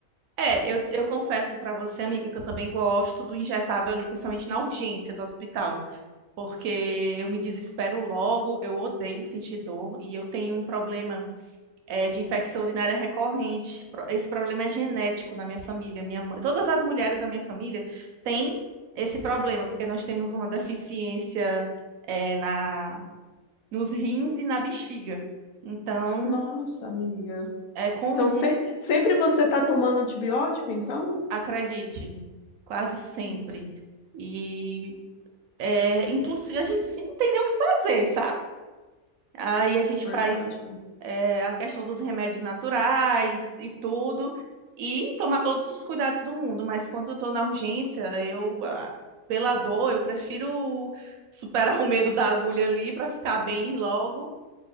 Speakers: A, on the right; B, on the left.
A: É, eu, eu confesso pra você, amiga, que eu também gosto do injetável ali, principalmente na urgência do hospital, porque eu me desespero logo, eu odeio sentir dor e eu tenho um problema. é, de infecção urinária recorrente. Pro- Esse problema é genético na minha família. Minha mãe, todas as mulheres da minha família têm esse problema, porque nós temos uma deficiência, é, na, nos rins e na bexiga. Então,
B: Nossa, amiga.
A: é comum,
B: Então, se- sempre você tá tomando antibiótico, então?
A: acredite, quase sempre.
B: Hum,
A: E é impossível, a gente não tem nem o que fazer, sabe? Aí a gente
B: Verdade.
A: faz é, a questão dos remédios naturais e tudo, e tomar todos os cuidados do mundo. Mas quando eu tô na urgência, eu, ah, pela dor, eu prefiro superar <laughs> o medo da agulha ali para ficar bem logo.